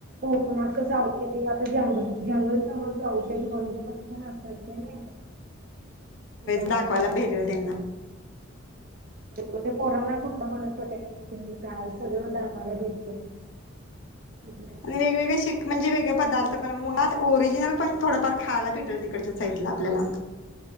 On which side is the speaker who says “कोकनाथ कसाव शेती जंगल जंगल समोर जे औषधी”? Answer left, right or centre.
Right